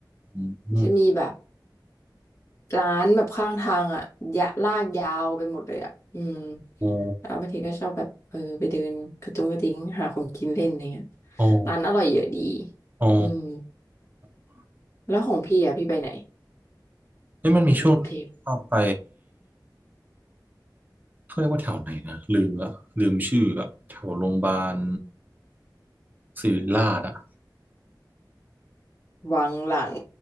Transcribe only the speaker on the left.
จะมีแบบร้านแบบข้างทางอ่ะยะลากยาวไปหมดเลยอ่ะอืม
แล้วบางทีก็ชอบแบบเออไปเดินกระจุงกระดิ้งหาของกินเล่นอะไรเงี้ย
ร้านอร่อยเยอะดี
อืม
แล้วของพี่อ่ะพี่ไปไหน
ในกรุงเทพ
วังหลัง